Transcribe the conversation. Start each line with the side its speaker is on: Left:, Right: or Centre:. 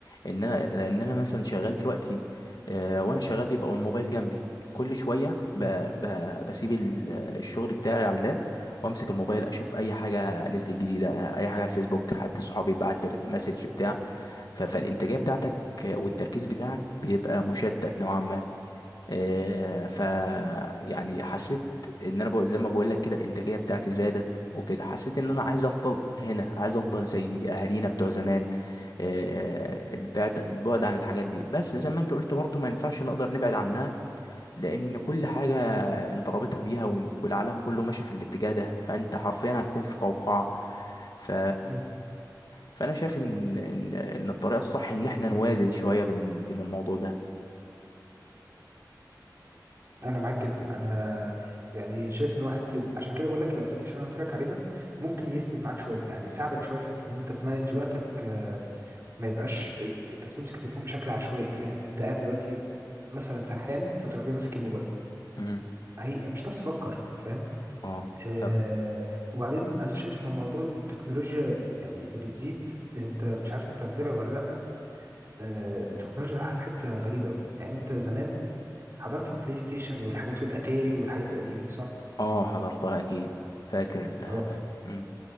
Left: ان انا لان انا مثلا شغال دلوقتي آه، وانا شغال بيبقى الموبايل جنبي كل شويه
Right: مم.
Left: ب... ب... بسيب ال- الشغل بتاعي على اللاب وامسك الموبايل اشوف اي حاجه نزلت جديده اي حاجه على الفيسبوك حد صحابي بعت لي مسج بتاع ف... فالانتاجيه بتاعتك والتركيز بتاعك بيبقى مشتت نوعا ما آه، ف يعني حسيت ان انا بقول زي ما بقول لك كده الانتاجيه بتاعتي زادت وكده حسيت ان انا عايز افضل هنا عايز افضل زي اهالينا بتوع زمان آه، البعد البعد عن الحاجات دي بس زي ما انت قلت برضو ما ينفعش نقدر نبعد عنها لان كل حاجه انت رابطها بيها وال- والعالم كله ماشي في الاتجاه ده فانت حرفيا هتكون في قوقعه ف
Right: مم.
Left: فانا شايف ان ان إن الطريقه الصح ان احنا نوازن شويه بين بين الموضوع ده
Right: انا معاك جدا انا يعني شايف ان واحد ال- عشان كده بقول لك الابلكيشن اللي انا قلت لك عليه ده ممكن يسند معاك شويه يعني يساعدك شويه في حته ان انت تمانج وقتك آه، ما يبقاش انت بتمسك التليفون بشكل عشوائي فاهم انت قاعد دلوقتي مثلا سرحان فتروح جاي ماسك الموبايل
Left: مم.
Right: هي مش هتعرف تفكر فاهم
Left: اه
Right: آه
Left: طب
Right: وبعدين انا شايف من موضوع التكنولوجيا يعني اللي بتزيد انت مش عارف انت متابع ولا لا آه التكنولوجيا رايحه في حته غريبه أوي. يعني انت زمان حضرت البلاي ستيشن والحاجات والاتاري والحاجات القديمه دي صح؟
Left: اه حضرتها اكيد فاكر ال
Right: اه
Left: مم.